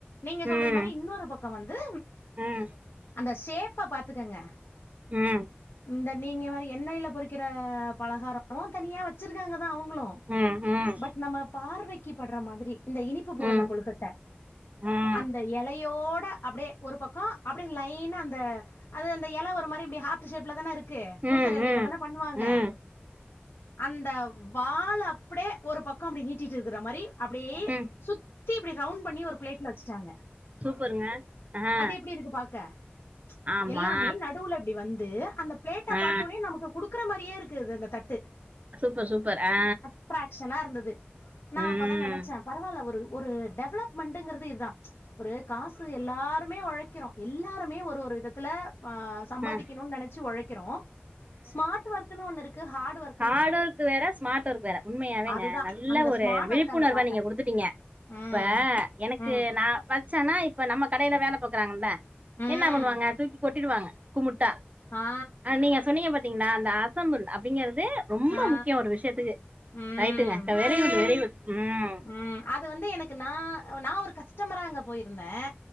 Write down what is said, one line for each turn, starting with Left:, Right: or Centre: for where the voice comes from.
Left: நீங்க சொல்ற
Right: ம்
Left: மாரி இன்னொரு பக்கோ வந்து
Right: ம்
Left: அந்த ஷேப்ப பாத்துக்கங்க
Right: ம்
Left: இந்த நீங்க மரி எண்ணெய்ல பொறிக்கிற பலகாரமு தனியாக வச்சுருக்காங்க தா அவுங்குளு
Right: ம் ம் ம்
Left: பட் நம்ம பார்வைக் க்கி பட்ற மாதிரி இந்த இனிப்பு பூரண
Right: ம்
Left: கொழுக்கட்ட
Right: ம்
Left: அந்த எலையோட அப்டே ஒரு பக்கோ அப்டே லைனா அந்த அது அந்த எல ஒரு மாரி இப்டி ஹார்ட் ஷேப்ல தான இருக் க்கு பூசற
Right: ம்
Left: எலைல
Right: ம்
Left: தான பண்ணுவாங்க
Right: ம்
Left: அந்த வாழ யே ஒரு பக்கோ அப்டி நீட்டிட்டு இருக்குற மாரி அப்டியே
Right: ம்
Left: சுத்தி இப்டி ரவுண்ட் பண்ணி ஒரு ப்ளேட்ல வைச்சுட்டாங்க
Right: சூப்பருங்க ஆ
Left: அது எப்டி இருக்கு பாக்க
Right: ஆமா
Left: ம்ச் எல்லாமே நடுவுல இப்டி வந் து அந்த ப்ளேட்ட
Right: ஆ
Left: பாத்தோன்னே நமக்கு குடுக்குற மாரியே இருக்கு அது அந்த தட்டு
Right: சூப்பர் சூப்பர் ஆ
Left: அட்ராக்ஷனா இருந்துது நா
Right: ம்
Left: அப்பதா நெனச்சே பரவால்ல ஒரு ஒரு டெவலப்மெண்டுங்குறது இது தா ஒரு காசு எல்லாருமே ஒழைக்கிறோ எல்லாருமே ஒரு ஒரு விதத்துல ஆ சம்பாதிக்கிணுன்
Right: ம்
Left: நெனைச்சு ஒழைக்கிறோ ஸ்மார்ட் ஒர்க்ன்னு ஒன்னு இருக்கு ஹார்டு ஒர்க்
Right: ஹார்டு ஒர்க்கு வேற ஸ்மார்ட் ஒர்க் வேற உண்மையாவேங்க
Left: அதுதா
Right: நல்ல
Left: அந்த
Right: ஒரு
Left: ஸ்மார்ட்
Right: விழிப்புணர்வ
Left: ஒர்க் அங்க பாத்தே
Right: நீங்க குடுத்துட்டிங்க
Left: ம்
Right: இப்ப எனக்கு
Left: ம்
Right: நா வச்சன்னா இப்ப நம்ம கடைல வேல பாக்குறாங்கல
Left: ம்
Right: என்ன பண்ணுவாங்க தூக்கி கொட்டிடுவாங்க குமுட்டா
Left: ஆ
Right: அ நீ சொன்னிங்க பாத்தீங்களா அந்த அசம்புள் அப்டிங்கறது ரொம்ப
Left: ஆ
Right: முக்கியோ ஒரு விஷயத்துக்கு
Left: ம்
Right: ரைட்டுங்க க வெரி குட் வெரி குட் ம்
Left: ம் அது வந்து எனக்கு நா நா ஒரு கஸ்டமரா அங்க போயிருந்தே